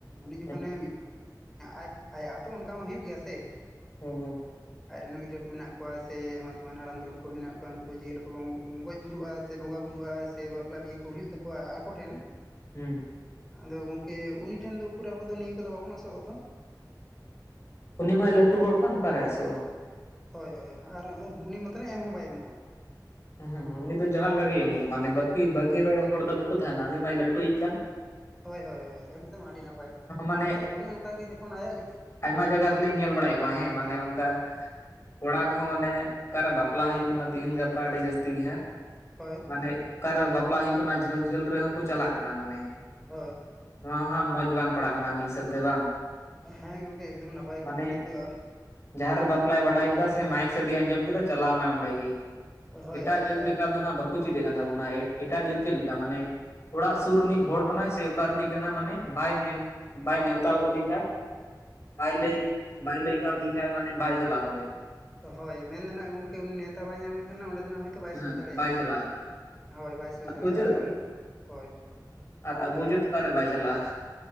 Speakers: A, in the centre; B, on the left (about 40°).
A: ᱩᱱᱤ ᱡᱚᱠᱷᱚᱱᱮ
B: ᱦᱮᱸ
A: ᱟᱡ ᱟᱭᱟᱜ ᱦᱚᱸᱛᱚ ᱚᱱᱠᱟ ᱢᱟ ᱦᱩᱭᱩᱜ ᱜᱮᱭᱟ ᱥᱮ
B: ᱦᱮᱸ ᱦᱮᱸ
A: ᱟᱡᱨᱮᱱ ᱜᱤᱫᱽᱨᱟᱹ ᱠᱚ ᱢᱮᱱᱟᱜ ᱠᱚᱣᱟ ᱥᱮ ᱮᱢᱟᱱ ᱛᱮᱢᱟᱱ ᱦᱟᱲᱟᱢ ᱫᱩᱲᱩᱢ ᱠᱚ ᱢᱮᱱᱟᱜ ᱠᱚᱣᱟ ᱩᱱᱠᱩ ᱡᱮᱦᱤᱞᱳ ᱠᱚ ᱜᱚᱡ ᱵᱩᱨᱩᱜᱼᱟ ᱥᱮ ᱵᱚᱸᱜᱟ ᱵᱩᱨᱩᱜᱼᱟ ᱥᱮ ᱵᱟᱯᱞᱟ ᱵᱤᱦᱟᱹ ᱠᱚ ᱦᱩᱭᱩᱜ ᱛᱟᱠᱚᱣᱟ ᱟᱠᱚ ᱴᱷᱮᱱ
B: ᱦᱩᱸ
A: ᱟᱫᱚ ᱜᱚᱝᱠᱮ ᱩᱱᱤ ᱴᱷᱮᱱ ᱫᱚ ᱩᱠᱩᱨ ᱟᱵᱚ ᱫᱚ ᱱᱤᱭᱟᱹ ᱠᱚᱫᱚ ᱵᱟᱵᱚᱱ ᱟᱥᱚᱜ ᱟ ᱛᱚ
B: ᱩᱱᱤ ᱢᱟᱭ ᱞᱟᱹᱴᱩ ᱦᱚᱲ ᱠᱟᱱ ᱚᱠᱟᱨᱮ ᱟᱥᱚᱜᱼᱟ
A: ᱦᱳᱭ ᱦᱳᱭ ᱟᱨ ᱩᱱᱤ ᱢᱟᱛᱚ ᱱᱟᱜ ᱮᱢ ᱦᱚᱸ ᱵᱟᱭ ᱮᱢᱚᱜᱼᱟ
B: ᱦᱮᱸᱮᱸ ᱩᱱᱤ ᱫᱚ ᱡᱟᱦᱟᱸ ᱞᱮᱠᱟ ᱜᱮᱭ ᱮᱢᱚᱜᱼᱟ ᱢᱟᱱᱮ ᱵᱟᱠᱤ ᱵᱟᱠᱤ ᱨᱚᱲ ᱦᱚᱲ ᱫᱚ ᱵᱟᱠᱚ ᱛᱟᱦᱮᱱᱟ ᱩᱱᱤ ᱢᱟᱭ ᱞᱟᱹᱴᱩᱭᱤᱡ ᱠᱟᱱ
A: ᱦᱳᱭ ᱦᱳᱭ ᱦᱳᱭ ᱮᱠᱫᱚᱢ ᱟᱹᱰᱤ ᱱᱟᱯᱟᱭ
B: ᱢᱟᱱᱮ
A: ᱟᱫᱚ ᱚᱱᱮ ᱚᱱᱠᱟᱜᱮ ᱡᱚᱠᱷᱚᱱ ᱟᱭᱟᱜ ᱡᱚᱠᱷᱚ
B: ᱟᱭᱢᱟ ᱡᱟᱭᱜᱟ ᱨᱮᱞᱤᱧ ᱧᱮᱞ ᱵᱟᱲᱟᱭᱮᱫ ᱠᱚᱣᱟ ᱦᱮᱸ ᱢᱟᱱᱮ ᱚᱱᱠᱟ ᱠᱚᱲᱟ ᱠᱚᱦᱚᱸ ᱢᱟᱱᱮ ᱚᱠᱟᱨᱮ ᱵᱟᱯᱞᱟ ᱦᱩᱭᱩᱜ ᱠᱟᱱᱟ ᱛᱤᱦᱤᱧ ᱜᱟᱯᱟ ᱟᱹᱰᱤ ᱡᱟᱹᱥᱛᱤ ᱜᱮ ᱦᱟᱸᱜ
A: ᱦᱳᱭ
B: ᱢᱟᱱᱮ ᱚᱠᱟᱨᱮ ᱵᱟᱯᱞᱟ ᱦᱩᱭᱩᱜ ᱠᱟᱱᱟ ᱡᱷᱟᱹᱞ ᱡᱷᱟᱹᱞ ᱨᱮᱦᱚᱸ ᱠᱚ ᱪᱟᱞᱟᱜ ᱠᱟᱱᱟ ᱢᱟᱱᱮ
A: ᱦᱳᱭ
B: ᱱᱚᱣᱟ ᱦᱟᱸᱜ ᱢᱚᱸᱡᱽ ᱵᱟᱝ ᱯᱟᱲᱟᱜ ᱠᱟᱱᱟ ᱢᱤᱫ ᱦᱤᱥᱟᱹᱵᱽ ᱛᱮ ᱵᱟᱝ
A: ᱦᱮᱸ ᱜᱚᱝᱠᱮ ᱮᱠᱫᱚᱢ ᱱᱟᱯᱟᱭ
B: ᱢᱟᱱᱮ
A: ᱠᱟᱛᱷᱟ ᱱᱤᱛᱚᱜ
B: ᱡᱟᱦᱟᱸ ᱨᱮ ᱵᱟᱯᱞᱟᱭ ᱵᱟᱰᱟᱭ ᱠᱟᱫᱟ ᱥᱮ ᱢᱟᱭᱤᱠ ᱥᱟᱰᱮ ᱟᱸᱡᱚᱢ ᱠᱮᱫᱟ ᱪᱟᱞᱟᱣ ᱮᱱᱟᱭ ᱚᱸᱰᱮ ᱜᱮ
A: ᱦᱳᱭ
B: ᱮᱴᱟᱜ
A: ᱦᱳᱭ
B: ᱡᱟᱹᱛ
A: ᱟᱨ
B: ᱞᱮᱠᱟ ᱫᱚ ᱦᱟᱸᱜ ᱵᱟᱠᱚ ᱪᱮᱫ ᱮᱫ ᱠᱟᱱ ᱛᱟᱵᱚᱱᱟ ᱮᱴᱟᱜ ᱡᱟᱹᱛ ᱪᱮᱫ ᱞᱮᱠᱟ ᱢᱟᱱᱮ ᱚᱲᱟᱜ ᱥᱩᱨ ᱨᱤᱱᱤᱡ ᱦᱚᱲ ᱠᱟᱱᱟᱭ ᱥᱮ ᱚᱠᱟ ᱨᱤᱱᱤᱡ ᱠᱟᱱᱟᱭ ᱢᱟᱱᱮ ᱵᱟᱭ ᱱᱮ ᱵᱟᱭ ᱱᱮᱣᱛᱟ ᱠᱟᱫᱮ ᱠᱷᱟᱭ ᱵᱟᱭ ᱞᱟᱹᱭ ᱵᱟᱭ ᱞᱟᱹᱭ ᱠᱟᱹᱣᱫᱮ ᱠᱷᱟᱱᱮ ᱢᱟᱱᱮ ᱵᱟᱭ ᱪᱟᱞᱟᱣᱟᱭ ᱚᱸᱰᱮ
A: ᱦᱳᱭ ᱢᱮᱱᱫᱟ ᱱᱟᱜ ᱜᱚᱢᱠᱮ ᱩᱱᱤᱱᱮᱶᱟ ᱵᱟᱭ ᱧᱟᱢ ᱞᱮᱠᱷᱟᱱ ᱚᱸᱰᱮ ᱫᱚᱱᱟᱜ ᱦᱳᱭᱛᱳ ᱵᱟᱭ ᱥᱩᱨ
B: ᱦᱮᱸ
A: ᱫᱟᱲᱮᱭᱟᱜᱼᱟ
B: ᱵᱟᱭ ᱪᱟᱞᱟᱜᱼᱟ
A: ᱦᱳᱭ ᱵᱟᱭ ᱥᱩᱨ
B: ᱟᱵᱚ
A: ᱫᱟᱲᱮᱭᱟᱜᱼᱟ
B: ᱡᱟᱹᱛ
A: ᱟᱫᱚ ᱟᱨᱳᱳᱱ ᱦᱳᱭ
B: ᱟᱨ
A: ᱟᱫᱚ
B: ᱟᱵᱚ ᱡᱟᱹᱛ ᱚᱠᱟᱨᱮ ᱵᱟᱭ ᱪᱟᱞᱟᱜᱼᱟ